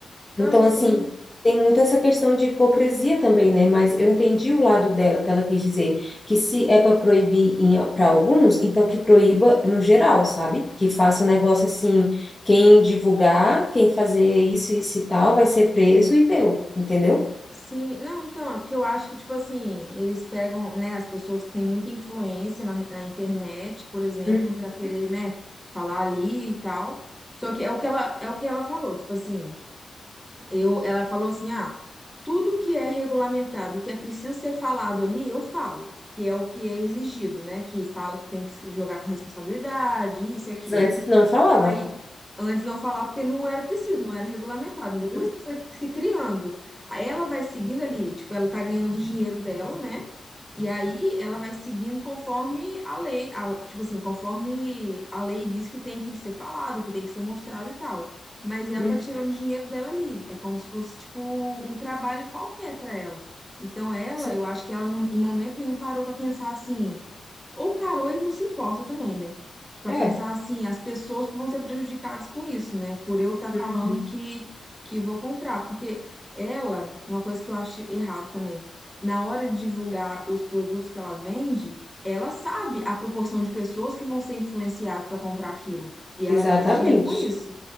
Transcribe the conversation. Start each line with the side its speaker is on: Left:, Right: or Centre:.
Left: Então,
Centre: Não, sim,
Left: assim, tem muito essa questão de hipocrisia também, né? Mas eu entendi o lado dela, que ela quis dizer que se é para proibir para alguns, então que proíba no geral, sabe? Que faça um negócio assim, quem divulgar, quem fazer isso, isso e tal, vai ser preso e deu, entendeu?
Centre: sim. Não, então, é porque eu acho que, tipo assim, eles pegam, né, as pessoas que têm muita influência na, na internet, por exemplo,
Left: Uhum.
Centre: pra querer, né, falar ali e tal. Só que é o que ela, é o que ela falou, tipo assim, eu, ela falou assim, ah, tudo que é regulamentado, que é preciso ser falado ali, eu falo, que é o que é exigido, né, que fala que tem que se jogar com responsabilidade, isso e
Left: Mas
Centre: aquilo.
Left: antes não falava.
Centre: Aí, antes não falava porque não era preciso, não era regulamentado. Depois
Left: Uhum.
Centre: que foi se criando. Aí ela vai seguindo ali, tipo, ela tá ganhando o dinheiro dela, né? E aí ela vai seguindo conforme a lei, a- tipo assim, conforme a lei diz que tem que ser falado, que tem que ser mostrado e tal. Mas ela
Left: Uhum.
Centre: tá tirando o dinheiro dela ali. É como se fosse, tipo, um trabalho qualquer pra ela. Então ela,
Left: Sim,
Centre: eu acho que ela não- em momento nenhum parou pra pensar assim, ou parou e não se importa também, né? Para
Left: é.
Centre: pensar assim, as pessoas que vão ser prejudicadas com isso, né? Por eu estar falando
Left: Uhum.
Centre: que, que vou comprar. Porque ela, uma coisa que eu acho errado também, na hora de divulgar os produtos que ela vende, ela sabe a proporção de pessoas que vão ser influenciadas para comprar aquilo. E ela
Left: Exatamente.
Centre: ganha dinheiro com isso.